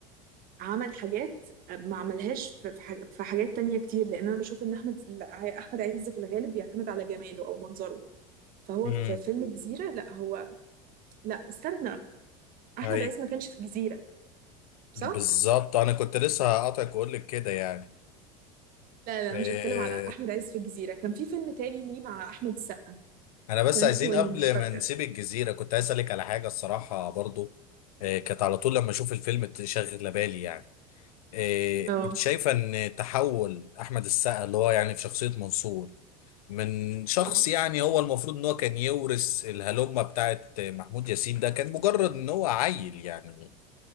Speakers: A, on the right; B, on the left.
A: عمل حاجات ما عملهاش في في ح- في حاجات تانية كتير لأن أنا بشوف إن أحمد أحمد عز في الغالب بيعتمد على جماله أو منظره فهو
B: امم
A: في فيلم الجزيرة لا هو لا استنى احمد
B: ايوه
A: عز ما كانش في الجزيره صح
B: بالظبط انا كنت لسه هقاطعك واقول لك كده يعني
A: لا
B: إيه
A: لا مش بتكلم على احمد عز في الجزيره كان في فيلم تاني ليه مع احمد السقا
B: انا بس
A: كان
B: عايزين
A: اسمه ايه
B: قبل
A: مش فاكره
B: ما نسيب الجزيره كنت عايز اسالك على حاجه الصراحه برضو إيه كانت على طول لما اشوف الفيلم تشغل بالي يعني إيه
A: اه
B: انت شايفه ان تحول احمد السقا اللي هو يعني في شخصيه منصور من شخص
A: آه.
B: يعني هو المفروض ان هو كان يورث الهلمة بتاعت محمود ياسين ده كان مجرد ان هو عيل يعني